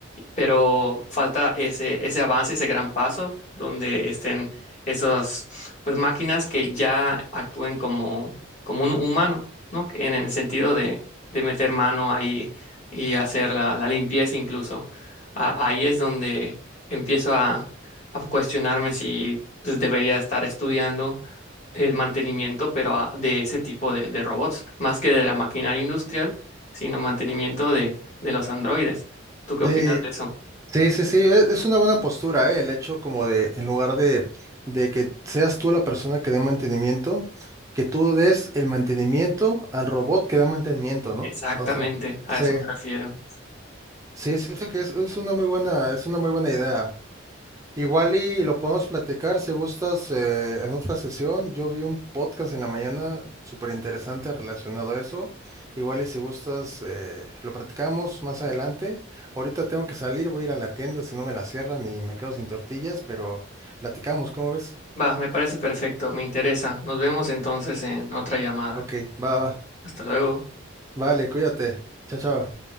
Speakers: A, on the left; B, on the right.
A: pero falta ese, ese avance, ese gran paso, donde estén esas pues, máquinas que ya actúen como, como un humano, ¿no? Que En el sentido de, de meter mano ahí y hacer la, la limpieza incluso. A- ahí es donde empiezo a, a cuestionarme si pues, debería estar estudiando el mantenimiento, pero a- de ese tipo de, de robots, más que de la maquinaria industrial, sino mantenimiento de, de los androides. ¿Tú qué opinas
B: Sí,
A: de eso?
B: Sí, sí, sí, e- es una buena postura, ¿eh? El hecho como de, en lugar de, de que seas tú la persona que dé mantenimiento, que tú des el mantenimiento al robot que da mantenimiento, ¿no?
A: Exactamente,
B: O sea,
A: a
B: sí,
A: eso me refiero.
B: sí, sí, sí que es, es una muy buena, es una muy buena idea. Igual y lo podemos platicar si gustas eh, en otra sesión. Yo vi un podcast en la mañana súper interesante relacionado a eso. Igual y si gustas eh, lo platicamos más adelante. Ahorita tengo que salir, voy a ir a la tienda si no me la cierran y me quedo sin tortillas, pero platicamos, ¿cómo ves?
A: Va, me parece perfecto, me interesa. Nos vemos entonces en otra llamada.
B: Ok, va, va.
A: Hasta luego.
B: Vale, cuídate. Chao, chao.